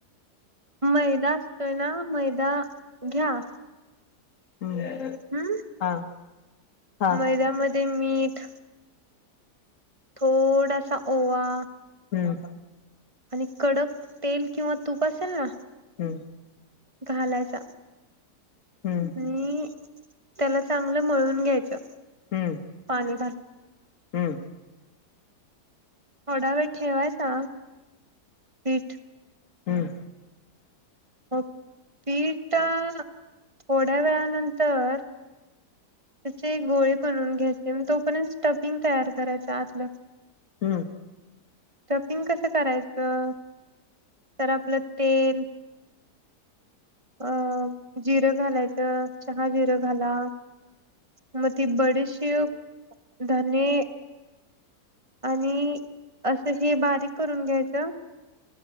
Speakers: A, on the right; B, on the left.
A: मैदा असतोय ना, मैदा घ्या-
B: हम्म
A: हुं
B: हा हा
A: मैद्यामध ते मीठ थोडासा, ओवा
B: हुं <inaudible>
A: आणि कडक तेल किंवा, तूप असेल ना
B: हुं!
A: घालायचा.
B: हुं!
A: आणि त्याला चांगलं मिळून घ्यायचं.
B: हुं
A: पाणी घालून.
B: हुं!
A: थोडा वेळ ठेवायचा पिठ
B: हुं!
A: हो पीठ थोड्या वेळानंतर त्याचे गोळे बनवून घ्यायचे, मग तोपर्यंत स्टपिंग तयार करायचा आतलं.
B: हुं!
A: स्टफिंग कसं करायचं, तर आपलं तेल, अं जिरं घालायचं चहा जिरं घाला. मग ती बडीशीप, धने, आणि असं हे बारीक करून घ्यायचं,